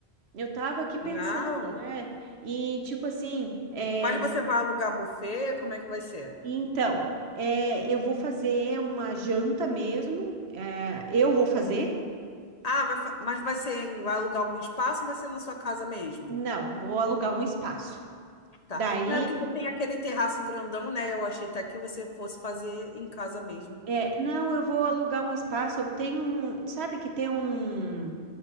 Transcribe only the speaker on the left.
Não.
Mas você vai alugar buffet? Como é que vai ser?
Ah, vai, fa- mas vai ser, em- vai alugar algum espaço ou vai ser na sua casa mesmo?
Tá.
Não é porque você tem aquele terraço grandão, né? Eu achei até que você fosse fazer em casa mesmo.